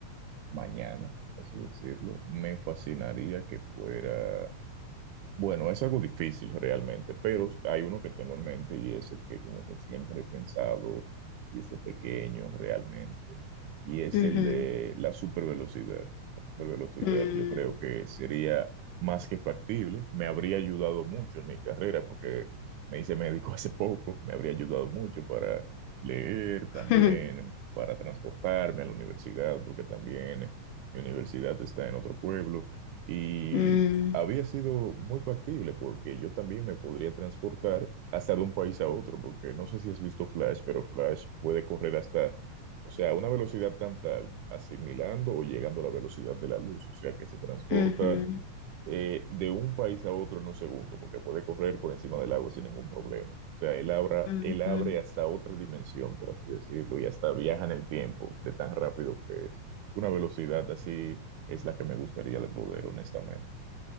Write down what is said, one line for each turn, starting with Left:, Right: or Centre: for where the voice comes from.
Right: mañana, por así decirlo, me fascinaría que fuera. Bueno, es algo difícil realmente, pero hay uno que tengo en mente y es el que como que siempre he pensado desde pequeño realmente, y es
Left: Ujú,
Right: el de la supervelocidad. La supervelocidad
Left: mm,
Right: yo creo que sería más que factible, me habría ayudado mucho en mi carrera porque me hice médico <laughs> hace poco, me habría ayudado mucho para leer
Left: <laughs>
Right: también, para transportarme a la universidad, porque también mi universidad está en otro pueblo. Y
Left: mm,
Right: había sido muy factible porque yo también me podría transportar hasta de un país a otro, porque no sé si has visto Flash, pero Flash puede correr hasta, o sea, a una velocidad tan tal, asimilando o llegando a la velocidad de la luz, o sea, que se transporta
Left: ujú,
Right: eh, de un país a otro en un segundo, porque puede correr por encima del agua sin ningún problema. O sea, él abra,
Left: ujú.
Right: él abre hasta otra dimensión, por así decirlo, y hasta viaja en el tiempo de tan rápido que es. Una velocidad así es la que me gustaría de poder, honestamente.